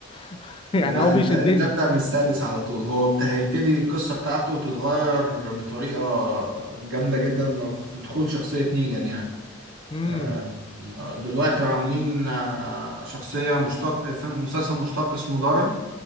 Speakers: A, on the left; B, on the right.
A: <laughs> يعني
B: لا
A: هو
B: انت
A: بيشدني
B: انت ابدأ من السادس على طول هو بت- هيبتدي القصة بتاعته تتغير بطريقة جامدة جدا في دخول شخصية نيجان يعني
A: امم
B: آه، دلوقتي عاملين آه، شخصية مشتق في مسلسل مشتق اسمه دارل